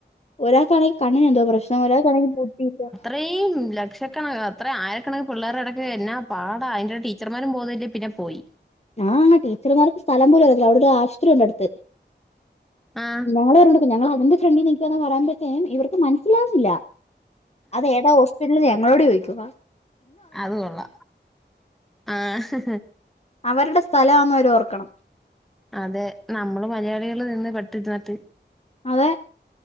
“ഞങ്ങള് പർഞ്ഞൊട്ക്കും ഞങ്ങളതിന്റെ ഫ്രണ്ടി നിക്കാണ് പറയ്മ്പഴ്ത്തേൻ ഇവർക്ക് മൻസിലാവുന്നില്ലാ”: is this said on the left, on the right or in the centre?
Left